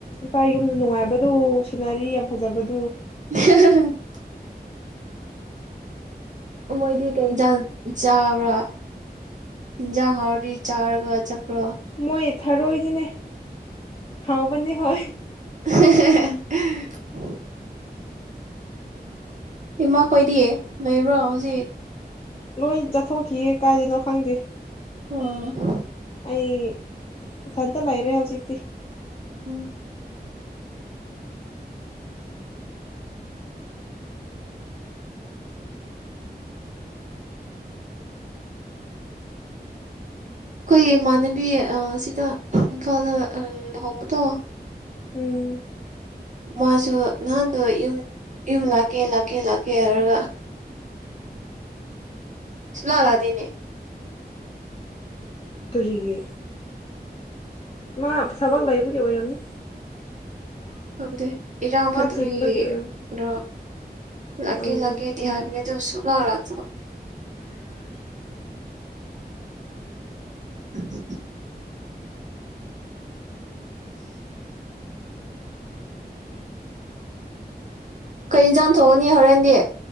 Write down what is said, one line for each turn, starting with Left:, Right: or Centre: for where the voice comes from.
Left: ꯏꯄꯥꯒꯤ ꯌꯨꯝ ꯅꯨꯡꯉꯥꯏꯕꯗꯨ ꯁꯤꯅꯔꯤ ꯌꯥꯝ ꯐꯖꯕꯗꯨ
Right: <unintelligible> ꯃꯣꯏꯗꯤ ꯀꯩ ꯏꯟꯖꯥꯡ ꯆꯥꯕ꯭ꯔꯥ ꯏꯟꯖꯥꯡ ꯍꯥꯎꯔꯗꯤ ꯆꯥꯔꯒ ꯆꯠꯄ꯭ꯔꯣ
Left: ꯃꯣꯏ ꯊꯔꯣꯏꯗꯤꯅꯦ ꯍꯥꯎꯕꯅꯤ ꯍꯣꯏ
Right: <unintelligible> ꯏꯃꯥ ꯈꯣꯏꯗꯤ ꯂꯩꯕ꯭ꯔꯣ ꯍꯧꯖꯤꯛ
Left: ꯂꯣꯏ ꯆꯠꯊꯣꯛꯈꯤꯌꯦ ꯀꯥꯏꯗꯅꯣ ꯈꯪꯗꯦ
Right: ꯎꯝ
Left: ꯑꯩ ꯏꯊꯟꯇ ꯂꯩꯔꯦ ꯍꯧꯖꯤꯛꯇꯤ
Right: <unintelligible> ꯑꯈꯣꯏꯒꯤ ꯏꯃꯥꯟꯅꯕꯤ ꯑ ꯁꯤꯗ ꯏꯝꯐꯥꯜꯗ ꯂꯨꯍꯣꯡꯕꯗꯣ
Left: ꯎꯝ
Right: ꯃꯥꯖꯨ ꯅꯍꯥꯟꯗꯨ ꯌꯨꯝ ꯂ <unintelligible> ꯂꯥꯛꯀꯦ ꯂꯥꯛ ꯀꯦ ꯂꯥꯛꯀꯦ ꯍꯥꯏꯔꯒ ꯁꯨꯛꯂꯛ ꯂꯥꯛꯇꯦꯅꯦ
Left: ꯀꯔꯤꯒꯤ ꯃꯥ ꯊꯕꯛ ꯑꯣꯏꯔꯝꯅꯤ
Right: ꯈꯪꯗꯦ ꯏꯔꯥꯡ
Left: ꯃꯥ
Right: ꯐꯠꯇꯕꯒꯤꯝꯔ
Left: ꯆꯤꯟꯕꯒꯤ ꯑꯣꯏꯔꯝꯅꯤ
Right: ꯂꯛꯀꯦ
Left: ꯎꯝ
Right: ꯂꯛꯀꯦꯗꯤ
Left: ꯎꯝ
Right: ꯍꯥꯏꯕꯅꯦ ꯁꯨꯛꯂꯛ ꯂꯛꯇꯥꯕ <inaudible> ꯀꯩ ꯏꯟꯖꯥꯡ ꯊꯣꯡꯉꯅꯤ ꯍꯣꯔꯦꯟꯗꯤ